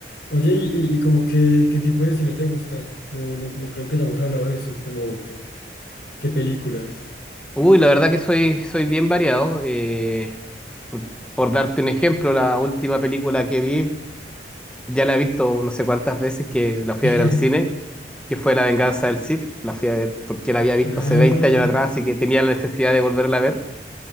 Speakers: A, on the left; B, in the centre.
A: Oye, ¿y, y, y como qué qué tipo de cine te gusta? No, no, no creo que hayamos hablado de eso, como qué películas.
B: Uy, la verdad que soy, soy bien variado. eh, por, por darte un ejemplo, la última película que vi, ya la he visto no sé cuántas veces que la fui
A: <laughs>
B: a ver al cine, que fue La Venganza del Cid. La fui a ver porque la había visto
A: Ah,
B: hace 20 años atrás, así que tenía la necesidad de volverla a ver.